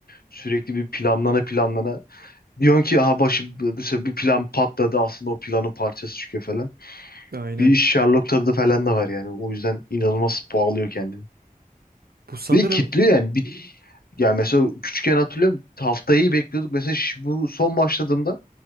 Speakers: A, on the left; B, on the right.
A: sürekli bir planlana planlana. Diyorsun ki aha başı mesela bir plan patladı aslında o planın parçası çıkıyor falan.
B: Aynen.
A: Bir Sherlock tadı falan da var yani. O yüzden inanılmaz bağlıyor kendini.
B: Bu sanırım
A: Ve kitliyor yani. Bir, yani mesela küçükken hatırlıyorum haftayı bekliyorduk. Mesela şi- bu son başladığımda